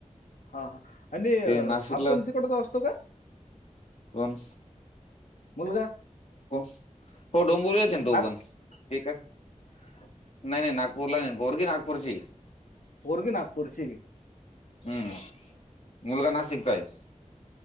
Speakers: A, on the left (about 85°); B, on the left (about 55°).
A: हा हा आणि
B: ते
A: हा
B: नाशिकला
A: आपण तिकडचा असतो का?
B: कोण?
A: मुलगा
B: हो हो डोंबिवलीचा तो
A: नाग
B: पण ते का नाही नाही नागपूरला नाही पोरगी नागपूरची
A: पोरगी नागपूरची
B: हम्म मुलगा नाशिकचा ये